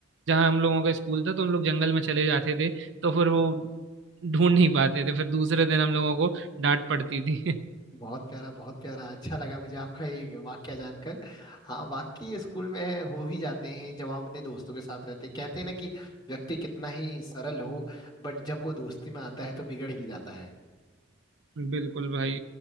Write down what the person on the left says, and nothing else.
बहुत प्यारा बहुत प्यारा अच्छा लगा मुझे आपका ये वाक्या जानकर हाँ वाक्य स्कूल में हो ही जाते हैं जब हम अपने दोस्तों के साथ रहते हैं कहते हैं ना कि व्यक्ति कितना ही सरल हो बट जब वो दोस्ती में आता है तो बिगड़ ही जाता है